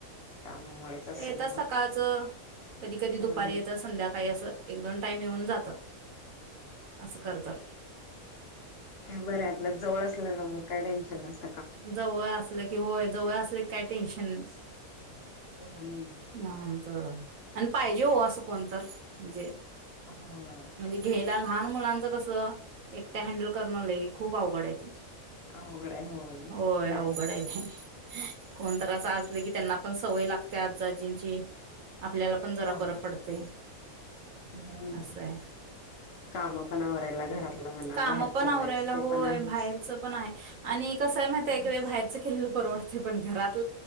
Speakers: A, on the left; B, on the right.
A: कामामुळेच असेल
B: तर येतात सकाळचं
A: मग
B: कधी कधी दुपारी
A: हम्म हम्म
B: येत संध्याकाळी असं. एक दोन टाईम येऊन जातात. असं करतात.
A: ते बरं आपल्याला जवळ असल्या ना मग काय टेन्शन नसत.
B: जवळ असलं कि होय. जवळ असले काही टेन्शन नाही.
A: हम्म
B: नात आणि पाहिजे हो असं. कोणतर म्हणजे.
A: ह.
B: म्हणजे घ्यायला लहान मुलांच कसं एकट्या हँडल करण ल खूप आवघड आहे ती.
A: हा होघड होय.
B: होय
A: ते
B: अवघड
A: आहेच
B: आहे नाही कोणत असं असले की त्यांना. पण सवय लागते आजजींची. आपल्याला पण जरा
A: होय
B: बरं पडते
A: हम्म
B: असं आहे
A: काम पण आवरायला घरातलं म्हणा
B: काम
A: बाहेरचं
B: पण आवरायला
A: बघायचं ते
B: होय
A: पण आहेच
B: बाहेरच पण आहे. आणि. कस आहे माहि त्या
A: हम्म
B: वे व बाहेरच केलेलं परवतं. पण घरात.